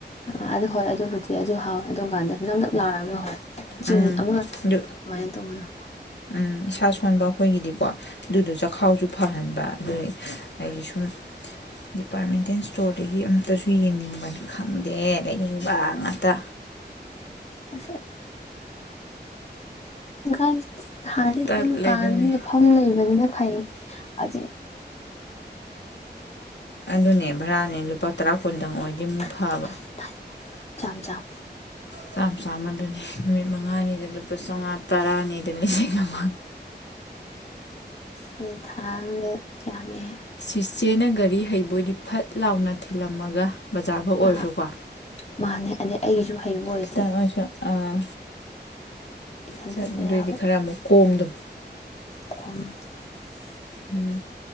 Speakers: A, on the left; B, on the left.
A: ꯑ ꯑꯗꯨ ꯍꯣꯏ ꯑꯗꯨꯕꯨꯗꯤ ꯑꯗꯨ ꯍꯥꯎꯋ ꯑꯗꯨ ꯀꯥꯟꯗ ꯅꯞ ꯅꯞ ꯂꯥꯎꯔꯒ ꯍꯣꯏ ꯆꯤꯡ
B: ꯎꯝ
A: ꯑꯃ
B: ꯑꯗꯨ
A: ꯀꯃꯥꯏꯅ ꯇꯧꯕꯗꯣ
B: ꯎꯝ ꯏꯁꯥ ꯁꯣꯟꯕꯑ ꯑꯩꯈꯣꯏꯒꯤꯗꯤꯀꯣ ꯑꯗꯨꯗꯣ ꯆꯈꯥꯎꯁꯨ ꯐꯍꯟꯕ ꯑꯗꯨꯏ ꯑꯩꯁ ꯁꯨꯝ ꯗꯤꯄꯥ꯭ꯔꯠꯃꯦꯟꯇꯦꯟ ꯏ꯭ꯁꯇꯣꯔꯗꯒꯤ ꯑꯃꯇꯁꯨ ꯌꯦꯅꯤꯡꯕꯅꯤ ꯈꯪꯗꯦ ꯂꯩꯅꯤꯡꯕ ꯉꯥꯛꯇ꯫
A: ꯑ ꯑ <inaudible> ꯍꯥꯟꯗꯤ
B: ꯇꯠꯂꯦ
A: ꯗꯨꯝ ꯀꯥ
B: ꯑꯗꯨꯅꯦ
A: ꯃꯅꯨꯡꯅ ꯆꯐꯝ ꯂꯩꯕꯅꯤꯅ ꯐꯩꯌꯦ ꯍꯧꯖꯤꯛ
B: ꯑꯗꯨꯅꯦ ꯚꯔꯥꯅꯦ ꯂꯨꯄꯥ ꯇꯔꯥ ꯀꯨꯟꯗꯪ ꯑꯣꯏꯔꯗꯤ
A: <inaudible>
B: ꯑꯃꯨꯛ ꯐꯕ
A: ꯆꯥꯝ ꯆꯥꯝ
B: ꯆꯥꯝ ꯆꯥꯝ ꯃꯗꯨꯅꯤ ꯅꯨꯃꯤꯠ ꯃꯉꯥꯅꯤꯗ ꯂꯨꯄꯥ ꯆꯝꯉꯥ ꯇꯔꯥꯅꯤꯗ ꯂꯤꯁꯤꯡ ꯑꯃ
A: ꯗꯨꯗꯤ ꯊꯥ ꯑꯃꯗ ꯌꯥꯝꯃꯤꯍꯦ꯫
B: ꯁꯤꯆꯦꯅ ꯒꯥꯔꯤ ꯍꯩꯕꯣꯏꯗꯤ ꯐꯠ ꯂꯥꯎꯅ ꯊꯤꯜꯂꯝꯃꯒ ꯕꯖꯥꯔꯐꯥꯎ ꯑꯣꯏꯔꯁꯨꯀꯣ
A: ꯑꯥ ꯃꯥꯅꯦ ꯑꯗꯩ ꯑꯩꯖꯨ ꯍꯩꯕ ꯑꯣꯏꯗꯤ
B: ꯈꯤꯇꯪ ꯑꯥ
A: ꯏꯊꯟꯇ
B: ꯆꯠ
A: ꯆꯥ
B: ꯑꯗꯨꯑꯣꯏꯗꯤ
A: ꯌꯥꯕ
B: ꯈꯔ ꯑꯃꯨꯛ ꯀꯣꯝꯗꯨ
A: <unintelligible>
B: ꯎꯝ